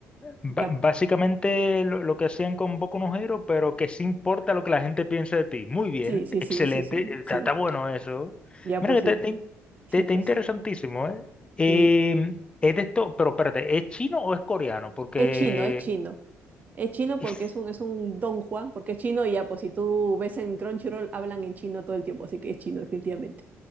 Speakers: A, on the left; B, on the right.
A: Ba-
B: Ya,
A: básicamente lo, lo que hacían con Boku no Hero, pero que sí importa lo que la gente piense de ti. Muy bien,
B: sí, sí,
A: excelente.
B: sí, sí, sí,
A: eh, Está,
B: sí.
A: está bueno eso.
B: Ya
A: Mira
B: pues
A: que
B: sí,
A: te, te-
B: sí,
A: te- te
B: pues.
A: interesantísimo, ¿eh? Eh,
B: Sí.
A: es de esto, pero espérate, ¿es chino o es coreano? Porque
B: Es chino, es chino. Es chino
A: <laughs> es-
B: porque es un, es un Don Juan, porque es chino y ya, pues si tú ves en Crunchyroll, hablan en chino todo el tiempo, así que es chino, definitivamente.